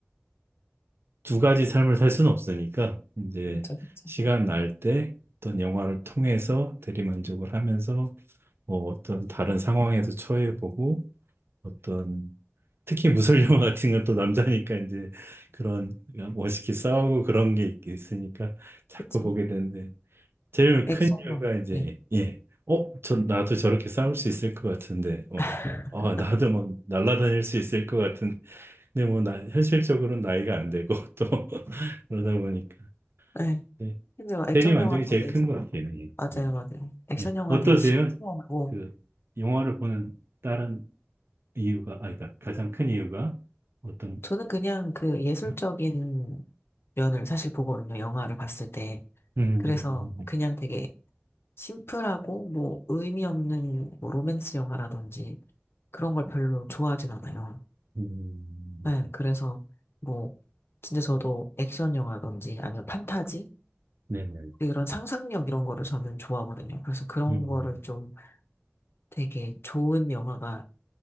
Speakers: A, on the right; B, on the left.
A: 두 가지 삶을 살 수는 없으니까 이제
B: 그쵸, 그쵸,
A: 시간 날 때 어떤 영화를 통해서 대리만족을 하면서 뭐 어떤 다른 상황에도 처해보고 어떤 특히 무술 영화 같은 건 또 남자니까 이제 그런 멋있게 싸우고 그런 게 있- 있으니까 자꾸
B: 그쵸.
A: 보게 되는데 제일
B: 액션,
A: 큰 이유가
B: 영화,
A: 이제
B: 네.
A: 예, 어, 저 나도 저렇게 싸울 수 있을 것 같은데 어,
B: <laughs>
A: 나- 어, 나도 막 날아다닐 수 있을 것 같은 근데 뭐 나 현실적으로는 나이가 안 되고 <laughs> 또 그러다 보니까
B: 네.
A: 예,
B: 근데 액션
A: 대리 만족이
B: 영화
A: 제일
B: 되게,
A: 큰 것 같아요. 예,
B: 맞아요,
A: 네.
B: 맞아요. 액션
A: 예.
B: 영화는
A: 어떠세요?
B: 되게 시원시원하고,
A: 그 영화를 보는 다른 이유가, 아, 그러니까 가장 큰 이유가 어떤,
B: 저는 그냥 그 예술적인
A: 거요?
B: 면을 사실 보거든요, 영화를 봤을 때.
A: 음,
B: 그래서 그냥 되게 심플하고, 뭐, 의미 없는 뭐 로맨스 영화라든지 그런 걸 별로 좋아하진 않아요.
A: 음,
B: 네, 그래서 뭐 진짜 저도 액션 영화든지 아니면 판타지
A: 네네.
B: 이런 상상력 이런 거를 저는 좋아하거든요. 그래서 그런
A: 음,
B: 거를 좀 되게 좋은 영화가